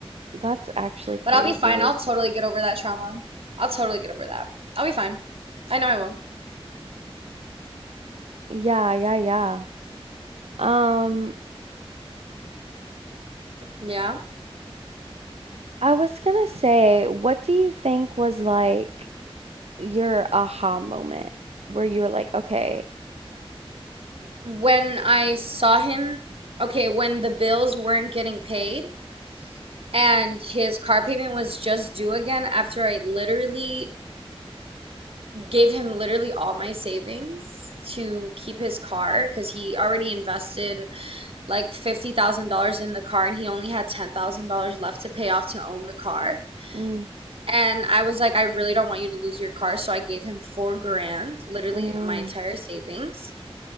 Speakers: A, on the right; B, on the right.
A: that's actually crazy.
B: But I'll be fine. I'll totally get over that trauma. I'll totally get over that. I'll be fine. I know I will.
A: Yeah, yeah, yeah. Um,
B: Yeah.
A: I was gonna say, what do you think was like your aha moment where you were like, okay,
B: When I saw him, okay, when the bills weren't getting paid, and his car payment was just due again after I literally gave him literally all my savings to keep his car because he already invested like $50,000 in the car and he only had $10,000 left to pay off to own the car.
A: mm,
B: And I was like, I really don't want you to lose your car. So I gave him four grand, literally
A: mm,
B: my entire savings.